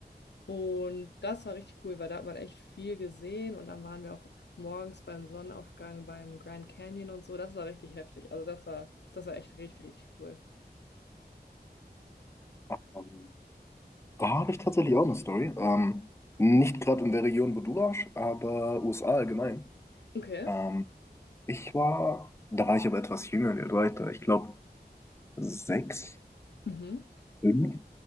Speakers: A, on the left (about 80°); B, on the left (about 15°).
A: Und das war richtig cool, weil da hat man echt viel gesehen und dann waren wir auch morgens beim Sonnenaufgang beim Grand Canyon und so. Das war richtig heftig. Also das war, das war echt richtig, richtig cool.
B: Ähm, Da habe ich tatsächlich auch eine Story. Ähm, nicht gerade in der Region, wo du warst, aber USA allgemein.
A: Okay.
B: Ähm, ich war, da war ich aber etwas jünger, wie alt war ich da? Ich glaube, sechs,
A: Mhm.
B: fünf.